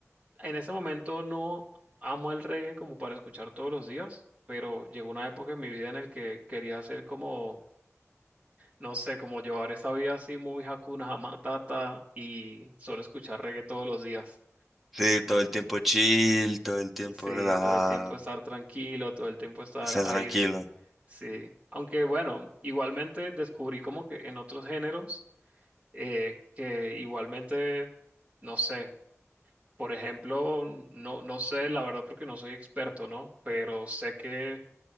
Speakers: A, on the right; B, in the centre.
A: en ese momento no amo el reggae como para escuchar todos los días, pero llegó una época en mi vida en el que quería hacer como, no sé, como llevar esa vida así muy Hakuna Matata y solo escuchar reggae todos los días.
B: Sí, todo el tiempo chill, todo el tiempo
A: Sí,
B: relajado,
A: todo el tiempo estar tranquilo, todo el tiempo estar
B: estar
A: ahí.
B: tranquilo.
A: es- Sí, aunque bueno, igualmente descubrí como que en otros géneros eh, que igualmente, no sé. Por ejemplo, no, no sé, la verdad, porque no soy experto, ¿no? Pero sé que